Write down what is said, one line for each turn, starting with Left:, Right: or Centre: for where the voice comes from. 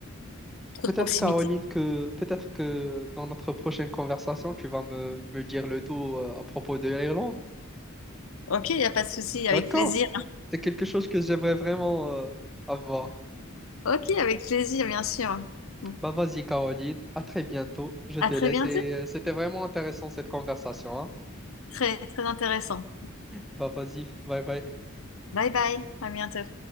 Left: trop
Centre: Peut-être,
Left: de proximité.
Centre: Caroline, que peut-être que dans notre prochaine conversation, tu vas me, me dire le tout euh, à propos de l'Irlande.
Left: Ok, il n'y a pas de souci,
Centre: D'accord.
Left: avec plaisir.
Centre: C'est quelque chose que j'aimerais vraiment euh, avoir.
Left: Ok, avec plaisir, bien sûr. Bon.
Centre: Bah vas-y, Caroline, à très bientôt. Je
Left: À
Centre: te
Left: très
Centre: laisse
Left: bientôt.
Centre: et euh, c'était vraiment intéressant cette conversation, hein.
Left: Très, très intéressant.
Centre: Bah vas-y, bye bye.
Left: Bye bye, à bientôt.